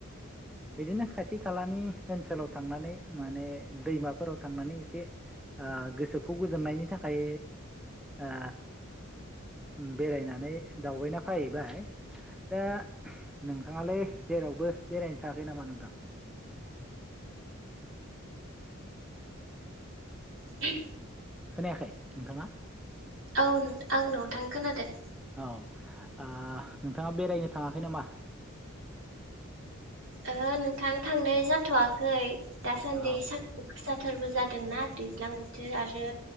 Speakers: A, in the centre; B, on the right.
A: बिदिनो खाथि खालानि ओनसोलाव थांनानै माने दैमाफोराव थांनानै एसे ओ गोसोखौ गोजोननायनि थाखाय ओ बेरायना नै दावबायना फैबाय दा नोंथाङालै जेरावबो बेरायनो थाङाखै नामा नोंथां?
B: ब <unintelligible>
A: खोनायाखै नोंथाङा?
B: औ नों आं नथां खोनादो।
A: औ आह नोंथाङा बेरायनो थाङाखै नामा?
B: ओहो नोंथां थांनाय जथ'वाखै। दा सानदि
A: औ
B: सानदुं गोसा थारबो जा दोंना दैज्लां बोथोर आरो